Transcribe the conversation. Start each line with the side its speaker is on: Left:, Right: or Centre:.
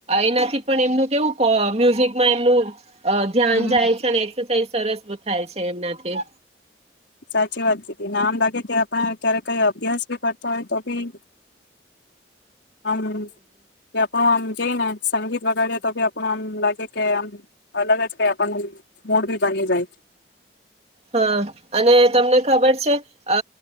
Right: એનાથી પણ એમનું, કેવું મ્યુઝિકમાં એમનું. અ, ધ્યાન
Left: હમ
Right: જાય છે, અને એક્સરસાાઈઝ સરસ બો થાય છે, એમનાથી.
Left: સાચી વાતને, આમ લાગે કે આપણે ક્યારે કંઈ અભ્યાસ ભી કરતા હોય, તો ભી હમ, કે આપણો આમ કે ને, સંગીત વગાડીએ તો બી, આપણું આમ લાગે કે આમ અલગ જ, કે આપણો મૂડ બી બની જાય.
Right: હા, અને તમને ખબર છે? અ